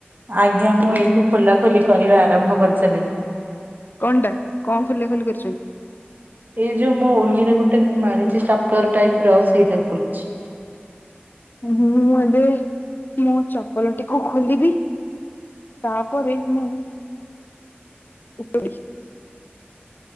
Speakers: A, on the right; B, on the left.
A: ଆଜ୍ଞା ମୁଁ ଏଇଠୁ ଖୋଲା ଖୋଲି କରିବା ଆରମ୍ଭ କରି ସାରିଲିଣି।
B: କଣ ଟା କଣ ଖୋଲା ଖୋଲି କରିଛନ୍ତି?
A: ଏଇ ଯୋଉ ମୋ ଓନିରେ ଗୋଟେ ମାରିଛି ଷ୍ଟାପଲର ଟାଇପ ର ସେଇଟା ଖୋଲୁଛି।
B: ହୁଁ ମୁଁ ଏବେ ମୁଁ ଚପଲଟିକୁ ଖୋଲି। ବି ତାପରେ ମୁଁ ଉପରେ।